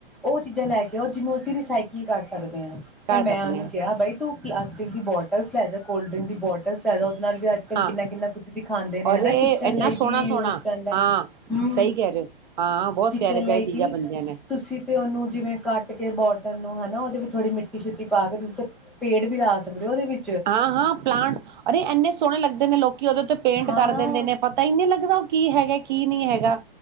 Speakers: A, in the centre; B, on the right (about 55°).
A: ਉਹ ਚੀਜ਼ਾਂ ਲੈ ਕੇ ਆਓ ਜਿਹਨੂੰ ਅਸੀਂ ਰਸਾਈਕਲ ਕਰ ਸਕਦੇ ਹਾਂ
B: ਕਰ
A: ਤੇ ਮੈਂ
B: ਸਕਨੇ
A: ਉਹਨੂੰ ਕਿਹਾ ਬਾਈ ਤੂੰ ਪਲੱਸ ਫਰਿਜ਼ ਦੀ ਬੋਟਲਸ ਲੈ ਜਾ ਕੋਲਡ ਡਿੰਕ ਦੀ ਬੋਟਲਸ ਹੈ ਉਹਦੇ ਨਾਲ ਵੀ ਅੱਜ ਕਲ
B: ਹਾਂ
A: ਕਿੰਨਾ ਕਿੰਨਾ ਕੁਛ ਦਿਖਾਦੇ ਨੇ
B: ਔਰ
A: ਹਨ
B: ਇਹ
A: ਕਿਚਨ
B: ਇੰਨਾ
A: ਲਈ
B: ਸੋਹਣਾ
A: ਵੀ
B: ਸੋਹਣਾ
A: ਯੂਜ ਪਦਾ
B: ਹਾਂ
A: ਹਮ
B: ਸਹੀ ਕਹਿ ਰਹੇ ਹੋ ਹਾਂ ਬਹੁਤ
A: ਕਿਚਨ
B: ਪਿਆਰੇ ਪਿਆਰੀ
A: ਲਈ
B: ਚੀਜ਼ਾਂ
A: ਕੀ
B: ਬਣਦੀਆਂ ਨੇ
A: ਤੁਸੀਂ ਤੇ ਉਹਨੂੰ ਜਿਵੇਂ ਕਟ ਕੇ ਬੋਟਲ ਨੂੰ ਹਨਾ ਉਹਦੇ ਵਿੱਚ ਥੋੜ੍ਹੀ ਮਿੱਟੀ ਮਿੱਟੀ ਪਾ ਕੇ ਤੁਸੀਂ ਪੇੜ ਵੀ ਲਾ ਸਕਦੇ ਹੋ ਉਹਦੇ ਵਿੱਚ
B: ਹਾਂ ਹਾਂ ਪਲਾਂਟਸ ਅਰੇ ਇੰਨੇ ਸੋਹਣੇ ਲੱਗਦੇ ਨੇ ਲੋਕੀ ਉਹਦੇ ਤੇ ਪੇਂਟ
A: ਹਾਂ
B: ਕਰ ਦਿੰਦੇ ਨੇ ਪਤਾ ਹੀ ਨ ਨਹੀਂ ਲੱਗਦਾ ਉਹ ਕੀ ਹੈਗਾ ਕੀ ਨਹੀਂ ਹੈਗਾ